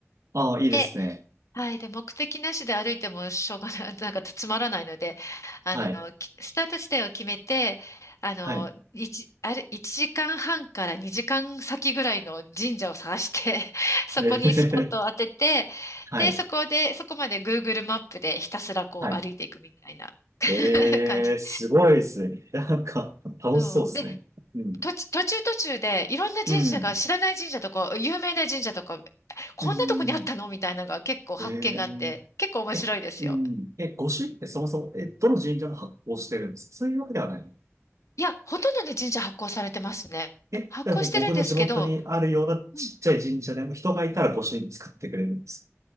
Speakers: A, on the right (about 75°); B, on the left (about 80°).
A: ああ、いいですね。
B: ではい。で、目的なしで歩いてもしょうがない、<laughs> なんかつまらないので、あの、
A: はい。
B: きスタート地点を決めて、あの、
A: はい。
B: 一あれ、1時間半から2時間先ぐらいの神社を探して、<laughs> そこにスポットを当てて、
A: えー、<laughs> はい。
B: で、そこで、そこまで Google マップでひたすらこう歩いていくみたいな
A: はい。
B: <laughs>
A: えー、
B: 感じ。
A: すごいですね。なんか、楽しそうですね。
B: そう。で、
A: うん。
B: 途中途中途中でいろんな神社が、
A: うん。
B: 知らない神社とか、有名な神社とか、こんなとこにあったのみたいなのが結構発見があって、
A: うん。えー、
B: 結構面白いですよ。
A: え、うん。え、御朱印ってそもそも、え、どの神社が発行してるんですかそういうわけではない。
B: いや、ほとんどの神社発行されてますね。
A: え、
B: 発行してるんですけど、
A: じゃあ僕の地元にあるようなちっちゃい神社でも人がいたら御朱印作ってくれるんです。
B: うん。